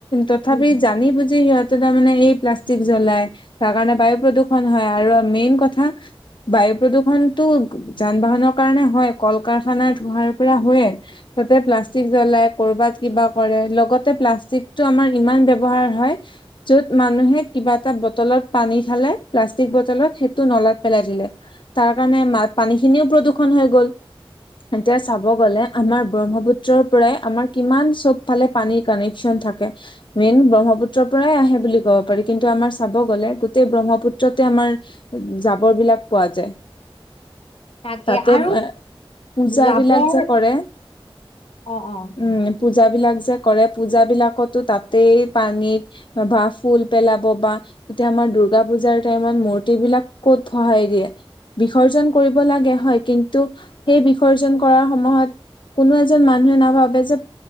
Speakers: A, on the left; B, on the left.
A: তথাপি
B: উম
A: জানি বুজি সিহঁতে তাৰ মমানে এই প্লাষ্টিক জ্বলাই তাৰ কাৰণে বায়ু প্ৰদূষ হয়-হয়, আৰু মেইন কথা- বায়ু প্ৰদূৰণটো যান-বাহনৰ কাৰণে হয়, কল কাৰখানা ধোঁহাৰ পৰা হয়য়ে। তা'তে প্লাষ্টিক জ্বলাই কৰ'বাত কিবা কৰে, লগতে প্লাষ্টিকটো আমাৰ ইমান ব্যৱহাৰ হয়। য'ত মানুহে কিবা এটা বটলত পানী খালে- প্লাষ্টিক বটলত সেইটো নলাত পেলাই দিলে। তাৰ কাৰণে পানীখিনিও প্ৰদূষণ হৈ গ'ল। এতিয়া চাব গ'লে আমাৰ ব্ৰহ্মপুত্ৰৰ পৰাই আমাৰ কিমান চব ফালে- পানীৰ কাৰেণচন থাকে। মেইন ব্ৰহ্মপুত্ৰৰ পৰাই আহে বুলি ক'ব পাৰি, কিন্তু আমাৰ চাব গ'লে গোটেই ব্ৰহ্মপুত্ৰ- তে আমাৰ জাবৰ বিলাক পোৱা যায়।
B: তাকে
A: তা'তে
B: আৰু
A: পূজা
B: জাবৰ
A: বিলাক যে কৰে
B: অ অ
A: উমঁ। পূজাবিলাক যে কৰে পূজাবিলাকতো তাতেই পানীত বা ফুল পেলাব বা তেতিয়া আমাৰ দুৰ্গা পুজাৰ- টাইত মূৰ্ত বিলাক ক'ত গহাই দিয়ে। বিসৰ্জন কৰিব লাগে হয় কিন্তু সেই বিসৰ্জন কৰাৰ সময়ত- কোনো এজন মানুহে নাভাবে যে-